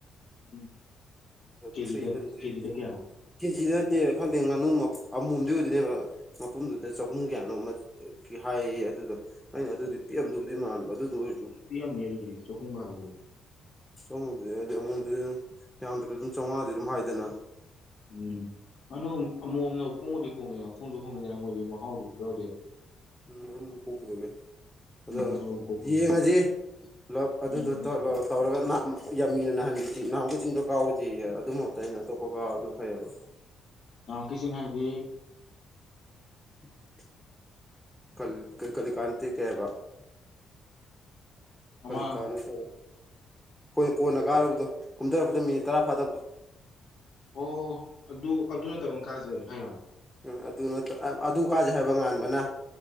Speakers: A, on the left; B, in the centre.
A: ꯎꯝ ꯀꯦꯖꯤꯗ
B: ꯊ꯭ꯔꯤ ꯍꯟꯗ꯭ꯔꯦꯠ
A: ꯀꯦꯖꯤꯗ ꯀꯌꯥ
B: ꯀꯦꯖꯤꯗ ꯅꯠꯇꯦ ꯈꯪꯗꯦ ꯉꯥꯅꯨ ꯑꯃꯣꯝꯗꯤ ꯑꯣꯏꯗꯣꯏꯅꯦꯕ ꯃꯄꯨꯝꯗꯨꯗ ꯆꯍꯨꯝ ꯀꯌꯥꯅꯣꯃ ꯑꯗꯨꯒꯤ ꯍꯥꯏꯌꯦ ꯑꯗꯨꯗ ꯑꯩꯅ ꯑꯗꯨꯗꯤ ꯄꯤꯛꯎꯝꯗꯨꯕꯨꯗꯤ ꯃꯥꯟꯕ ꯑꯗꯨꯗ ꯑꯣꯏꯔꯁꯨ
A: ꯄꯤꯝꯅꯤ ꯑꯗꯨꯗꯤ ꯆꯍꯨꯝ ꯒꯗꯨꯗꯤ
B: ꯁꯗꯨꯗꯤꯗꯤ <unintelligible> ꯑꯃꯗꯗꯤ ꯌꯥꯝꯗ꯭ꯔꯕꯁꯨ ꯑꯗꯨꯝ ꯆꯥꯝꯃꯉꯥꯗꯤ ꯑꯗꯨꯝ ꯍꯥꯏꯗꯅ
A: ꯎꯝ ꯀꯩꯅꯣ ꯑꯃꯨꯛꯝꯅ ꯍꯣꯡꯕꯗꯤ ꯍꯣꯡꯉꯦ ꯍꯣꯡꯁꯨ ꯍꯣꯡꯉꯤꯗꯅ ꯃꯣꯏꯗꯤ ꯃꯍꯥꯎꯁꯨ ꯌꯥꯎꯗꯦ
B: ꯎꯝ ꯀꯨꯒꯕꯒꯦ <unintelligible> ꯑꯗꯣ
A: ꯎꯝ ꯃꯔꯨꯝ ꯀꯣꯛꯄꯅꯤꯅ
B: ꯌꯦꯡꯉꯁꯤ ꯄꯨꯂꯞ ꯑꯗꯨꯗ
A: ꯎꯝ
B: ꯇꯛ ꯇꯧꯔꯒ ꯌꯥꯝꯃꯤꯅ ꯅꯍꯥꯟꯒꯤ ꯆꯤꯡ ꯅꯥꯍꯥꯟꯃꯨꯛꯀꯤ ꯆꯤꯡꯗꯣ ꯀꯥꯎꯁꯦꯌꯦ ꯑꯗꯨ ꯃꯍꯨꯠꯇ ꯑꯩꯅ ꯑꯇꯣꯞꯄ ꯀꯥꯕꯅ ꯐꯩꯌꯦꯕ
A: ꯅꯥꯍꯟꯃꯨꯛꯀꯤ ꯆꯤꯡ ꯍꯥꯏꯗꯤ
B: <inaudible> ꯀꯜ ꯀꯔꯤ ꯀꯔꯤ ꯀꯥꯟꯇꯦ ꯀꯩ ꯍꯥꯏꯕ
A: ꯑꯃ
B: ꯀꯔꯤ ꯀꯥꯟ ꯇꯧꯕ ꯑꯩꯈꯣꯏꯅ ꯀꯣꯟꯅ ꯀꯥꯔꯨꯕꯗꯣ ꯀꯨꯝꯊꯔꯛꯄꯗ ꯃꯤꯅꯤꯠ ꯇꯔꯥ ꯐꯥꯗꯕꯗꯣ
A: ꯑꯣ ꯑꯗꯨ ꯑꯗꯨ ꯅꯠꯇꯕ ꯀꯥꯖ‌ꯦ ꯍꯥꯏꯔꫭ
B: ꯎꯝ ꯑꯗꯨꯅ ꯑꯗꯨ ꯀꯥꯁꯦ ꯍꯥꯏꯕ ꯉꯥꯟꯕꯅ